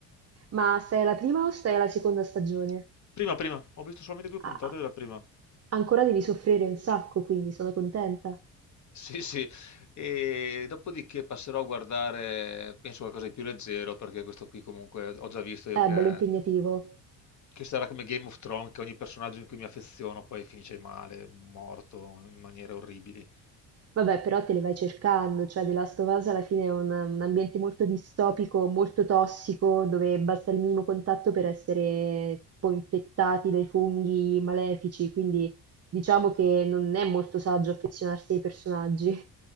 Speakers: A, on the right; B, on the left.
A: Ma stai alla prima o stai alla seconda stagione?
B: Prima, prima, ho visto solamente due puntate
A: Ah,
B: della prima.
A: ancora devi soffrire un sacco, quindi sono contenta.
B: Sì, sì, e dopodiché passerò a guardare, penso qualcosa di più leggero, perché questo qui comunque ho già visto io
A: È
B: che,
A: bello impegnativo.
B: che sarà come Game of Thrones, che ogni personaggio in cui mi affeziono poi finisce male, morto in maniere orribili.
A: Vabbè, però te le vai cercando, cioè The Last of Us alla fine è un, un ambiente molto distopico, molto tossico, dove basta il minimo contatto per essere tipo infettati dai funghi malefici, quindi diciamo che non è molto saggio affezionarsi ai personaggi,